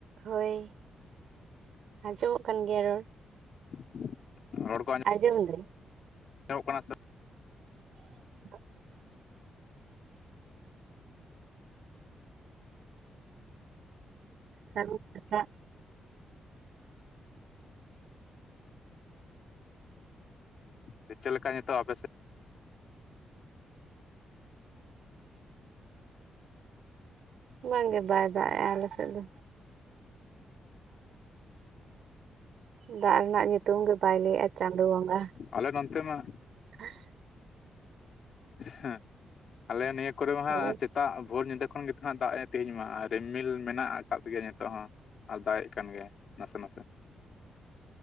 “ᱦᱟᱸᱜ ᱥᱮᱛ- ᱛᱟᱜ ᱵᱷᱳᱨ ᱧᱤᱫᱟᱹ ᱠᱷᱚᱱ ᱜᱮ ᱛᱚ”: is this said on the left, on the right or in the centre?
Left